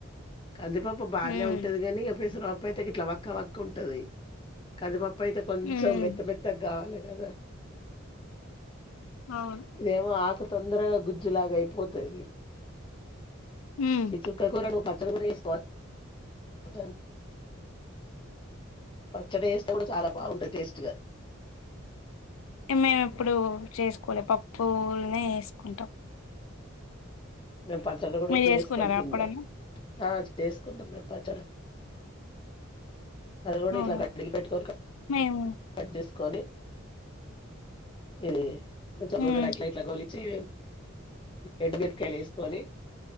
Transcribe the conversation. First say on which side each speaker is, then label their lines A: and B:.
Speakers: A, on the left; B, on the left.
A: కందిపప్పు బానే
B: ఉమ్
A: ఉంటది గానీ, ఇగ పెసరప్పు అయితే ఇట్లా వక్క వక్క ఉంటది కందిపప్. పైతే కొంచెం
B: ఉమ్
A: మెత్త మెత్తగ్ గావాలే కదా
B: అవును
A: ఇదేమో ఆకు తొందరగా గుజ్జులాగా అయి పోతది
B: ఉమ్
A: ఈ చుక్క కూరను పచ్చడ గూడా చేస్కొ <unintelligible> పచ్చడ ఏస్తే గూడా చాలా బాగుంటద్ టేస్ట్ గా
B: మేం ఎప్పుడూ చేసుకోలే, పప్పుల్నే ఏసుకుంటాం.
A: మేమ్ పచ్చడ గూడా
B: మీరు చేసుకున్నారా
A: ఏస్కొని తిన్నం,
B: ఎప్పుడన్నా
A: ఆ చేసుకుంటం మేం పచ్చడ. అది గూడా
B: అవునా
A: ఇట్ల గట్టిగ పెట్టుకొని కా
B: మేము
A: కట్ చేసుకొండి ఇది కొెంచం
B: ఉమ్
A: నూడుె ఎట్ల ఎట్లా కోలి చెయు ఎండుమిరపకాయలు ఏసుకుని